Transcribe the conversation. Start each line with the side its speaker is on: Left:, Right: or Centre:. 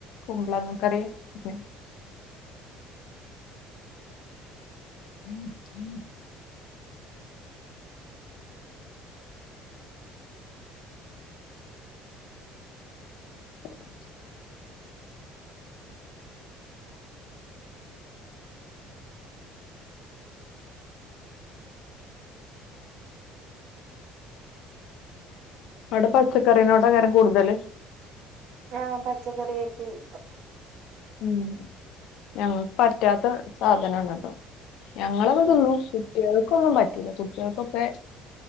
Left: കുമ്പ്ളക്കറീം പിനെ ഉം ഉം കൊ കാ ച്ചു അവടെ പച്ചക്കറീനോടെല്ലാരും കൂട്തല്
Right: ആഹ പച്ചക്കറിയൊക്കേം പ
Left: ഉം ഞങ്ങക്ക് പറ്റാത്ത സാധനണത് ഞങ്ങളൊക്കെ
Right: ഉം
Left: തിന്നും കുട്ട്യേൾക്കൊന്നും പറ്റൂല കുട്ട്യേൾക്കൊക്കെ